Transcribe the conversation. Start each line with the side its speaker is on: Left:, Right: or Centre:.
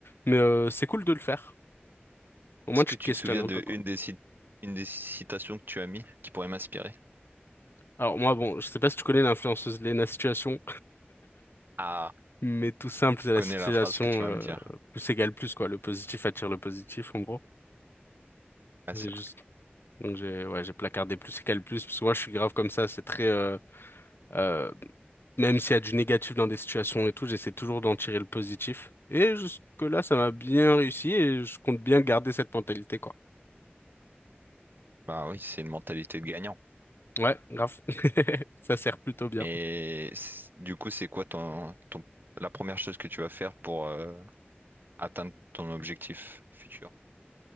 Left: Mais euh, c'est cool de le faire. Au
Right: Est-ce
Left: moins, tu
Right: que tu
Left: te questionnes
Right: te souviens
Left: un
Right: de
Left: peu, quoi.
Right: une des, ci- une des citations que tu as mis qui pourrait m'inspirer?
Left: Alors moi, bon, je sais pas si tu connais l'influenceuse Lena Situation,
Right: Ah,
Left: mais tout simple,
Right: je
Left: c'est la
Right: connais
Left: situation
Right: la phrase que tu vas
Left: euh,
Right: me dire.
Left: plus égale plus, quoi. Le positif attire le positif, en gros.
Right: Ah,
Left: J'ai
Right: c'est
Left: juste,
Right: vrai.
Left: donc j'ai, ouais, j'ai placardé plus égale plus, parce que moi, je suis grave comme ça. C'est très, euh, euh, même s'il y a du négatif dans des situations et tout, j'essaie toujours d'en tirer le positif. Et jusque-là, ça m'a bien réussi et je compte bien garder cette mentalité, quoi.
Right: Bah oui, c'est une mentalité de gagnant.
Left: Ouais, grave. <laughs> Ça sert plutôt bien.
Right: Et c'est- du coup, c'est quoi ton, ton, la première chose que tu vas faire pour euh, atteindre ton objectif futur?